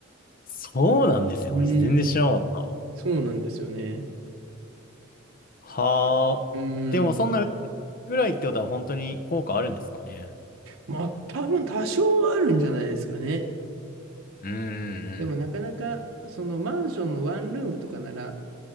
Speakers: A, on the left (about 45°); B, on the right (about 80°).
A: そうなんですよ。
B: うーん。
A: 俺全然知らなかった。
B: そうなんですよね。
A: はあ。
B: うーん。
A: でもそんなぐらいってことは本当に効果あるんですかね。
B: まあ、多分多少はあるんじゃないですかね。
A: うんうんうん。
B: でも、なかなか、そのマンションのワンルームとかなら